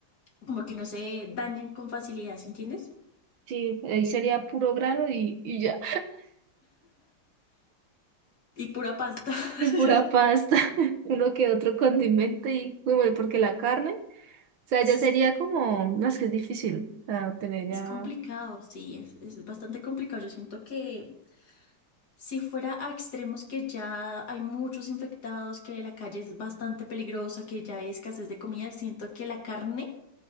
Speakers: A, on the left; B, on the right.
A: como que no se dañen con facilidad, ¿sí entiendes?
B: Sí, ahí sería puro grano y, y ya,
A: Y pura pasta.
B: <laughs> y pura
A: <laughs>
B: pasta, <laughs> uno que otro condimento y, uy, bueno, porque la carne, o sea,
A: Es,
B: ya sería como, no, es que es difícil, o sea, tener ya,
A: es complicado, sí, es, es bastante complicado. Yo siento que si fuera a extremos que ya hay muchos infectados, que la calle es bastante peligrosa, que ya hay escasez de comida, siento que la carne